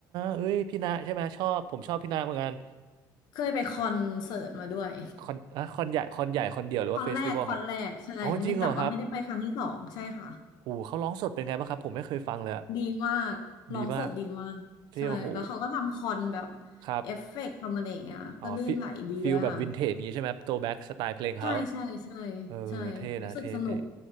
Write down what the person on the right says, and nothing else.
เอ้ยพี่ณะใช่ไหมชอบผมชอบพี่ณะเหมือนกัน
คอนอะคอนใหญ่คอนใหญ่คอนเดียวหรือว่าเฟสติวัลครับ
อ๋อจริงเหรอครับโหเขาร้องสดเป็นไงบ้างครับผมไม่เคยฟังเลยอะ
ดีมากที่โอ้โหครับ
อ๋อฟิฟิลแบบวินเทจงี้ใช่ไหมครับโตแบ็กสไตล์เพลงเขา
เออเท่นะเท่เท่